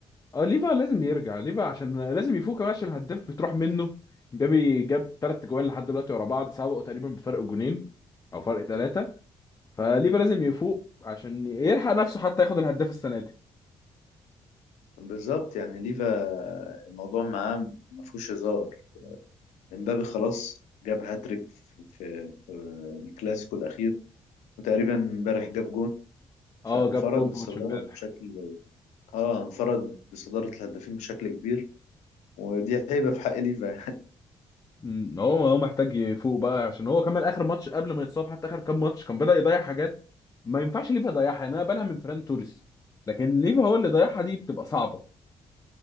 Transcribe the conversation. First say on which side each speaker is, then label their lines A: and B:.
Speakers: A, on the left; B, on the left.
A: اه ليفا لازم يرجع ليفا عشان لازم يفوق كمان عشان الهداف بتروح منه جابي جاب ثلاث جوان لحد دلوقتي ورا بعض سبقوا تقريبا بفرق جونين او فرق ثلاثه فليفا لازم يفوق عشان يلحق نفسه حتى ياخد الهداف السنه دي
B: بالظبط يعني ليفا الموضوع معاه ما فيهوش هزار امبابي خلاص جاب هاتريك في, في, في الكلاسيكو الاخير وتقريبا امبارح جاب جون
A: اه
B: فانفرد
A: جاب جون
B: بالصداره
A: في ماتش امبارح
B: بشكل اه انفرد بصدارة الهدافين بشكل كبير ودي هيبة في حق ليفا يعني
A: امم هو هو محتاج يفوق بقى عشان هو كمان اخر ماتش قبل ما يتصاب حتى اخر كام ماتش كان بدأ يضيع حاجات ما ينفعش ليفا يضيعها يعني انا بقالها من فران توريس لكن ليفا هو اللي ضيعها دي بتبقى صعبه